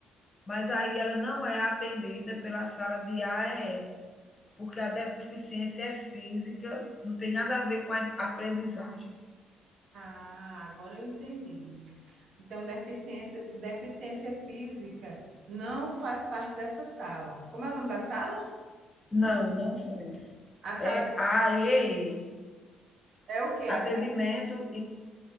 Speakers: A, on the left; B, on the right.
A: Mas aí ela não é atendida pela sala de AEE, porque a deficiência é física, não tem nada a ver com a aprendizagem.
B: Ah, agora eu entendi. Então, deficiente, deficiência física não faz parte dessa sala. Como é o nome da sala?
A: Não, não faz.
B: A
A: É
B: sala
A: AEE,
B: é o quê? A-
A: atendimento,